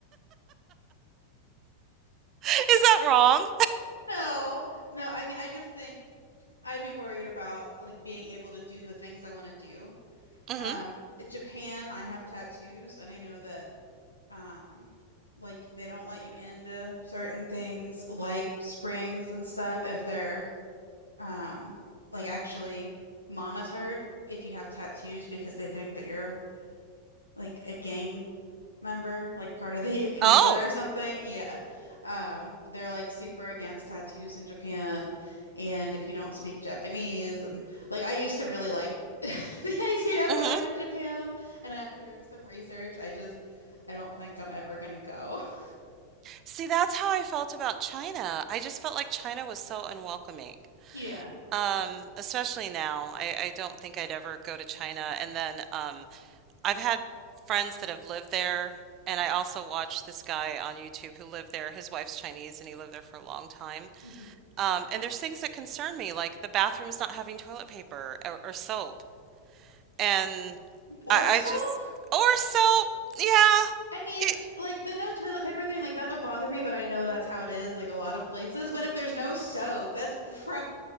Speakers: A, on the right (about 35°); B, on the left (about 85°).
A: <laughs> Is that wrong?
B: No. No, I mean I just think I'd be worried about like being able to do the things I want to do.
A: hmm
B: Um, Japan, I have tattoos and I know that um like they don't let you into certain things like springs and stuff if they're um like actually monitored if you have tattoos because they think that you're like a gang member, like part of the <laughs> Yakuza
A: Oh.
B: or something. Yeah. Um, they're like super against tattoos in Japan. And if you don't speak Japanese, and like I used to really like <laughs> the idea of
A: hmm
B: going to Japan. And after some research, I just, I don't think I'm ever gonna go. <laughs>
A: See, that's how I felt about China. I just felt like China was so unwelcoming.
B: Yeah.
A: Um, especially now. I, I don't think I'd ever go to China. And then um, I've had friends that have lived there, and I also watched this guy on YouTube who lived there. His wife's Chinese, and he lived there for a long time.
B: Mhm.
A: Um, and there's things that concern me, like the bathrooms not having toilet paper or, or soap. And
B: Or
A: I,
B: soap?
A: I just, or soap, yeah.
B: I mean,
A: It,
B: like the no toilet paper thing, like that would bother me, but I know that's how it is, like a lot of places. But if there's no soap, that's gross.